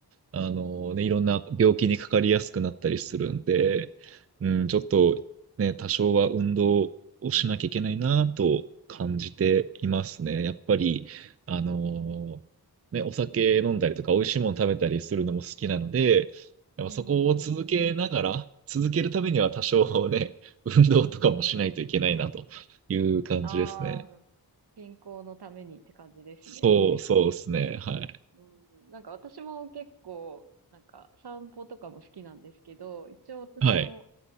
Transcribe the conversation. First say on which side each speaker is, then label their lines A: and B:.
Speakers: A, on the right; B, on the right.
A: あのね、いろんな病気にかかりやすくなったりするんで、うん、ちょっとね、多少は運動をしなきゃいけないなと感じていますね。やっぱり、あのね、お酒飲んだりとか、美味しいもの食べたりするのも好きなので、やっぱそこを続けながら、
B: うんうんうん。
A: 続けるためには多少ね、<laughs> 運動とかもしないといけないなという感じですね。
B: ああ、健康のためにって感じですね。
A: そうそうですね。はい。
B: うん、なんか私も結構、なんか散歩とかも好きなんですけど、一応私も、
A: はい。